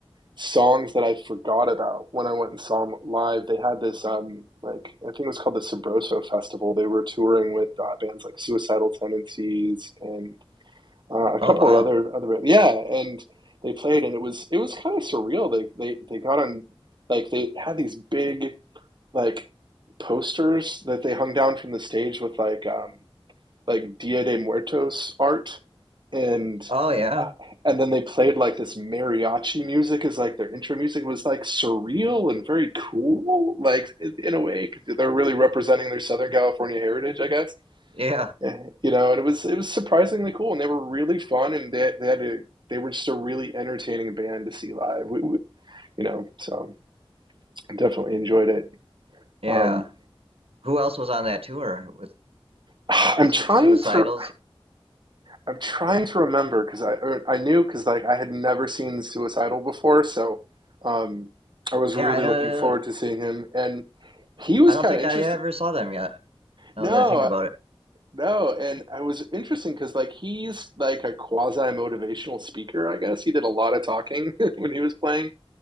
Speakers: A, on the right (about 50°); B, on the right (about 80°).
A: songs that I forgot about when I went and saw them live. They had this um like I think it was called the Sabroso Festival. They were touring with uh, bands like Suicidal Tendencies and uh, a
B: Oh
A: couple
B: wow.
A: of other other yeah, and they played and it was it was kind of surreal. They they they got on like they had these big like posters that they hung down from the stage with like um like Dia de Muertos art, and
B: Oh yeah.
A: uh, and then they played like this mariachi music as like their intro music It was like surreal and very cool, like in a way because they're really representing their Southern California heritage, I guess.
B: Yeah.
A: Yeah, you know, and it was it was surprisingly cool, and they were really fun, and they they had a they were just a really entertaining band to see live. We, we, you know, so I definitely enjoyed it.
B: Yeah.
A: Um,
B: Who else was on that tour with
A: <sighs> I'm
B: su-
A: trying
B: Suicidals?
A: to. I'm trying to remember because I or I knew because like I had never seen Suicidal before, so um, I was
B: Yeah,
A: really
B: I don't
A: looking forward to seeing him, and he was
B: I don't
A: kind
B: think
A: of interesting.
B: I ever saw them yet, now
A: No,
B: that I think about it.
A: no, and I was interesting because like he's like a quasi motivational speaker, I guess. He did a lot of talking <laughs> when he was playing.